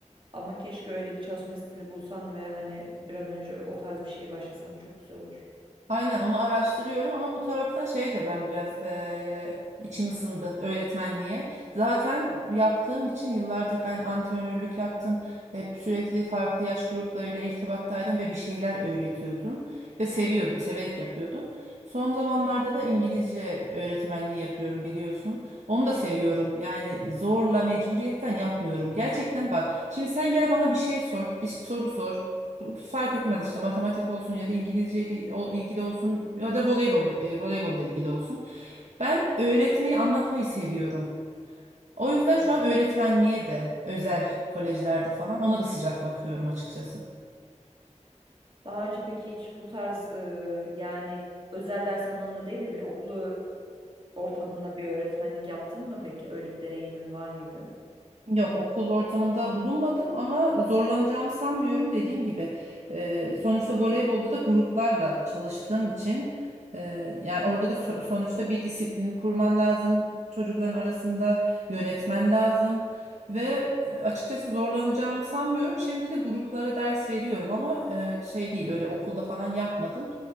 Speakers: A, on the right; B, on the right.
A: Ama keşke öyle bir çalışma stili bulsan ve hani bir an önce o tarz bir şeye başlasan çok güzel olur.
B: Aynen onu araştırıyorum ama bu taraftan şey de ben biraz eee, içim ısındı öğretmenliğe. Zaten yaptığım için yıllardır ben antrenörlük yaptım. Hep sürekli farklı yaş gruplarıyla irtibattaydım ve bir şeyler öğretiyordum. Ve seviyordum, severek yapıyordum. Son zamanlarda da İngilizce öğretmenliği yapıyorum biliyorsun. Onu da seviyorum. Yani zorla mecburiyetten yapmıyorum. Gerçekten bak şimdi sen gel bana bir şey sor, bir soru sor fark etmez işte matematik olsun ya da İngilizceyle ol- ilgili olsun ya da voleybol e, voleybolla ilgili olsun. Ben öğretmeyi anlatmayı seviyorum. O yüzden
A: Hmm.
B: şu an öğretmenliğe de özel kolejlerde falan ona da sıcak bakıyorum açıkçası.
A: Daha önce peki hiç bu tarz e, yani özel ders anlamında değil de bir okulu ortamında bir öğretmenlik yaptın mı peki? Öyle bir deneyimin var mıydı?
B: Yok okul ortamında bulunmadım ama zorlanacağımı sanmıyorum. Dediğim gibi e, sonuçta voleybolda da gruplarla çalıştığım için e, yani orada da so- sonuçta bir disiplin kurman lazım. Çocukların arasında yönetmen lazım ve e, açıkçası zorlanacağımı sanmıyorum. Şimdi de gruplara ders veriyorum ama e, şey değil öyle okulda falan yapmadım.